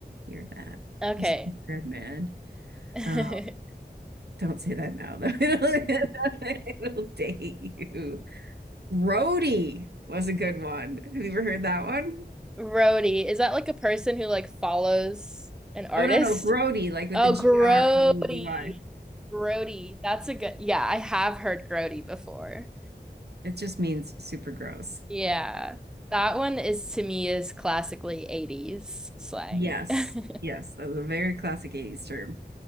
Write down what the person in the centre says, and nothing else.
Okay.
<laughs>
Roadie, is that like a person who like follows an artist?
Oh,
Grody.
Grody. That's a good. Yeah, I have heard Grody before.
Yeah. That one is to me is classically 80s slang.
<laughs>